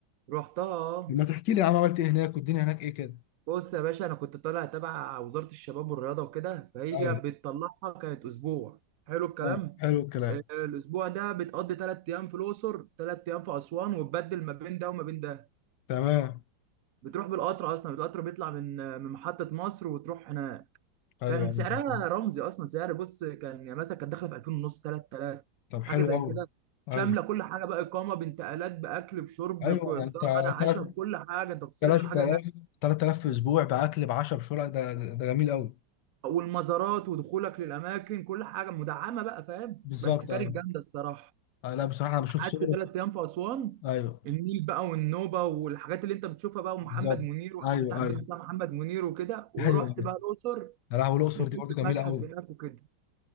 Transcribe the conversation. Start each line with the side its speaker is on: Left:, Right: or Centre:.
Right: رحتها آه.
Left: ما تحكي لي يا عم عملت إيه هناك والدنيا هناك إيه كده؟
Right: بص يا باشا انا كنت طالع تبع وزاره الشباب والرياضه وكده فهي
Left: أيوه
Right: بتطلعها كانت اسبوع حلو الكلام
Left: تمام حلو الكلام
Right: آه، الاسبوع ده بتقضي ثلاث ايام في الاقصر ثلاث ايام في اسوان وتبدل ما بين ده وما بين ده
Left: تمام
Right: بتروح بالقطر اصلا القطر بيطلع من آه، من محطه مصر وتروح هناك
Left: أيوه
Right: كان
Left: أيوه.
Right: سعرها رمزي اصلا سعر بص كان يعني مثلا كان داخله في 2000 ونص 3000
Left: طب حلو
Right: حاجه زي
Left: أوي
Right: كده
Left: أيوه
Right: شامله كل حاجه بقى اقامه بانتقالات باكل بشرب
Left: أيوه
Right: ك-
Left: يعني
Right: فطار
Left: أنت
Right: غدا عشاء
Left: تلات
Right: بكل حاجه انت ما بتصرفش
Left: تلات
Right: حاجه
Left: آلاف
Right: هناك
Left: تلات آلاف في أسبوع بأكل بعشا بشرع ده ده ده جميل أوي
Right: والمزارات ودخولك للاماكن كل حاجه مدعمه بقى فاهم
Left: بالظبط
Right: بس كانت
Left: أيوة.
Right: جامده الصراحه
Left: آه لا بصراحه انا بشوف
Right: قعدت
Left: صوره
Right: ثلاث ايام في اسوان
Left: ايوه
Right: النيل بقى والنوبه والحاجات اللي انت بتشوفها بقى ومحمد
Left: بالظبط
Right: منير وعديت
Left: ايوه
Right: على
Left: ايوه
Right: البيت بتاع محمد منير وكده ورحت
Left: ايوه ايوه
Right: بقى الاقصر
Left: يا لهوي الاقصر
Right: دخلت
Left: دي برضو جميله
Right: المتحف
Left: قوي
Right: هناك وكده